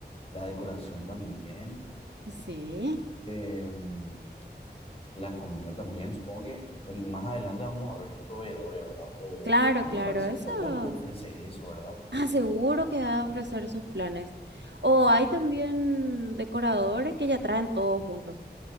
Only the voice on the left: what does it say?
la decoración también,
em, la comida también. Supongo que el- más adelante vamos a ver los proveedores, ¿verdad? O,
ah,
parece que
el local luego ofrece eso, ¿verdad?